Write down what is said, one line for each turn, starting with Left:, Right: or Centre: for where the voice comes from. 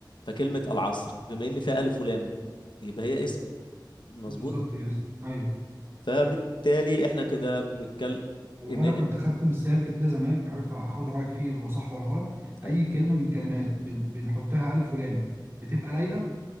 Left: فكلمة العصر بما ان فيها الف ولام يبقى هي اسم مظبوط
Right: بالظبط يس ايوه
Left: فبالتالي احنا كده بنتكلم
Right: هو
Left: ان
Right: انا كنت خدت مثال كده زمان مش عارف هاخد رايك فيه هو صح ولا غلط
Left: اي
Right: اي كلمه من الكلمات بن- بنحط لها الف ولام بتبقى لايقه